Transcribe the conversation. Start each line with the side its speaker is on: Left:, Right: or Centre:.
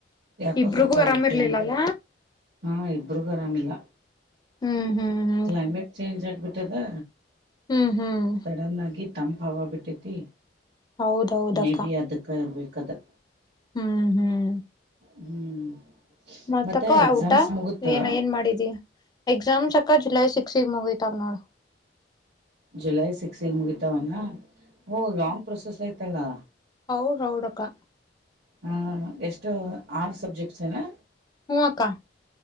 Right: ಯಾಕೋ
Left: ಇಬ್ರಿಗೂ
Right: ಸ್ವಲ್ಪ
Left: ಆರಾಮಿರ್ಲಿಲ್ಲಲ್ಲ
Right: ಕಲಂ ಹಾ ಇಬ್ಬರುಗರಾಮಿಲ್ಲ
Left: ಹ್ಮ್ ಹ್ಮ್ ಹ್ಮ್
Right: ಕ್ಲೈಮೇಟ್ ಚೇಂಜ್ ಆಗ್ಬಿಟ್ಟದ
Left: ಹ್ಮ್ ಹ್ಮ್
Right: ಸಡನ್ ಆಗಿ ತಂಪ ಹವಾ ಬಿಟ್ಟೈತಿ
Left: ಹೌದೌದಕ್ಕ
Right: ಮೇ ಬಿ ಅದಕ್ಕೆ ಇರ್ಬೇಕದು
Left: ಹ್ಮ್ ಹ್ಮ್
Right: ಹ್ಮ್
Left: ಮತಕ್ಕ
Right: ಮತ್ತೆ ಎಕ್ಸಾಮ್ಸ್
Left: ಊಟ
Right: ಮುಗುತ್ತ
Left: ಏನ ಏನ್ ಮಾಡಿದಿಯ ಎಕ್ಸಾಮ್ ಚಕ್ಕ ಜುಲೈ ಸಿಕ್ಸ್ ಮುಗಿತದ ನೋಡ್
Right: ಜುಲೈ ಸಿಕ್ಸ್ಗ ಮುಗಿತಾವನಾ ಓ ಲಾಂಗ್ ಪ್ರೊಸೆಸ್ ಯ್ತಲ್ಲಾ
Left: ಹೌದು ಹೌದಕ್ಕಾ
Right: ಹಾ ಎಷ್ಟು ಆರ್ ಸಬ್ಜೆಕ್ಟ್ಸ್ ನ
Left: ಹ ಅಕ್ಕಾ